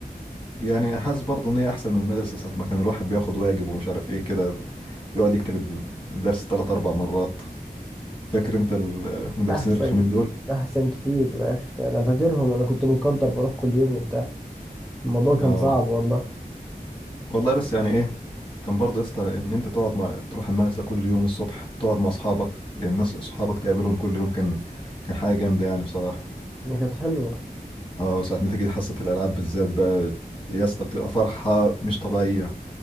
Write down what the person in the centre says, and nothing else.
احسن
احسن كتير يا اخي انا فاكرهم انا كنت مقدر بروح كل يوم وبتاع الموضوع كان
صعب والله
هي كانت حلوه